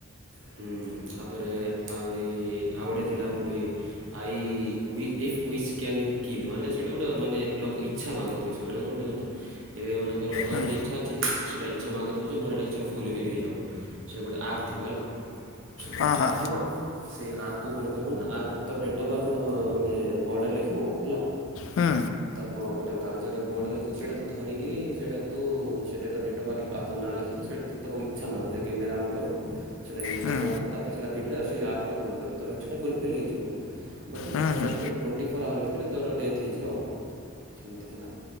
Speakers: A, on the right (about 75°); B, on the left (about 75°).
A: ହୁଁ ତାପରେ ଆହୁରି ଆଉ ଗୋଟେ ଥିଲା ମୁଭି ଆଇ ଉଈ ଇଏଫ୍ ୱିସ କାନ କିଲ୍ ମାନେ ସେଇଟା ଗୋଟେ ମାନେ ଲକ୍ ଇଚ୍ଛା ମାଗୁଥିବେ। ସେମାନେ କଣଟେ କହ ତ ଏବେ ମାନେ କର ଦର
B: ହୁଁ,
A: ଗୋଟେ ଇଛା ଅଛି ତ ସେଇଟା ଇଛା ମାଗୁଥିବୁ ଯେ ମୋର ଏଇା ଇଚ୍ଛା ଫୁଲ ଫିଲ ହେଇଯାଉ। ସେଇ ଗୋଟେ ଆପ ଥିବ ହେଲା ସେଇଠି ଗୋଟେ
B: ହଁ ହଁ
A: ଆପ୍ ଥିବ ସେ ଆପ୍ କୁ କଣ କରିବୁ ନା ଆପ୍ କୁ ତ ଡେଟ୍ ଅଫ୍ ବାର୍ଥ ଅ-ଅ-ଅ ଗୋଟେ ବୋର୍ଡ଼ରେ ଲେଖିବୁ ହେଲା
B: ହୁଁ
A: ତା ପରେ ଗୋଟେ କାଲ ଯେଟାକୁ ବୋର୍ଡ଼ରେ ଲେଖୀବୁ ସେଇଟା ତୁ ଧରିକିରି ସେଇଟାକୁ ତୁ-ଉ-ଉ ସେଟା ତ ଡେଟ୍ ଅଫ୍ ବାର୍ଥ ଆଉ ତ ନାଁ ଲେଖିକି ସେଇଠ୍ ତୁ କ୍ୟାମେରା ଅନ୍ କରୁ ସେଟା ଇଛା
B: ହୁଁ
A: ମାଗୁ ତାପରେ ସେଟା ପିଟି ରେ ଆସୁ ସେ ଆପ୍ରରେ ଅପଲୋଡ କରୁ ତୋ ଇଚ୍ଛା ଫୁଲଫିଲ୍ ହେଇଯିବ। ବଟ
B: ହୁଁ
A: ତର
B: ହୁଁ
A: ସେଇଠି ଟ୍ୱେଣ୍ଟି ଫୋ ଆୱର୍ ଭିତରେ ତୋର ଡେଥ୍ ହେଇଯିବ ଆଉ ସେମିତି ଥିଲା।